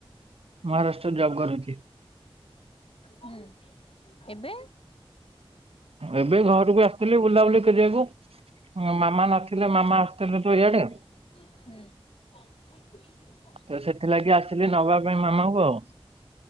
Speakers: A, on the right (about 75°); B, on the left (about 70°).
A: ମହାରାଷ୍ଟ୍ରରେ ଜବ କରୁଚି।
B: ହୁଁ ଏବେ।
A: ଏବେ ଘରକୁ ଆସିଥିଲି ବୁଲାବୁଲି କରିବାକୁ ମାମା ନଥିଲେ
B: <inaudible>
A: ମାମା ଆସୁଥିଲେ ତ ଇଆଡେ?
B: ହୁଁ।
A: ତ ସେଥିଲାଗି ଆସିଲି ନବା ପାଇଁ ମାମାଙ୍କୁ ଆଉ।